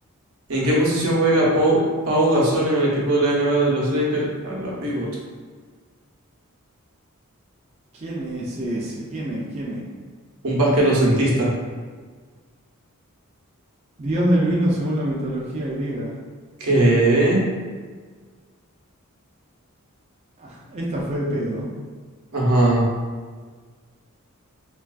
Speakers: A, on the right; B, on the right.
A: ¿En qué posición juega Pau, Pau Gasol en el equipo de la NBA de los Lakers? A la pivot.
B: ¿Quién es ese? ¿Quién es? ¿Quién es?
A: Un basquetbolcentista.
B: Dios del vino según la mitología griega.
A: ¿Qué?
B: <laughs> Esta fue de pedo.
A: Ajá.